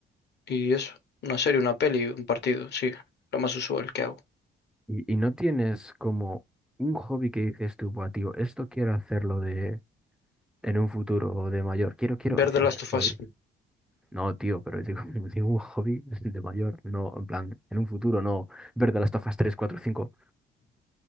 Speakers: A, on the left; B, in the centre.
A: y eso? Una serie, una peli, un partido, sí, lo más usual que hago.
B: Y, y no tienes como un hobby que dices tú, "Buah, tío, esto quiero hacerlo de en un futuro o de mayor, quiero, quiero
A: Ver
B: hacer
A: The Last
B: este
A: of
B: hobby.
A: Us.
B: No, tío, pero digo, <laughs> ningún hobby de mayor, no, en plan, en un futuro, no. Ver de las tofas 3, 4, 5.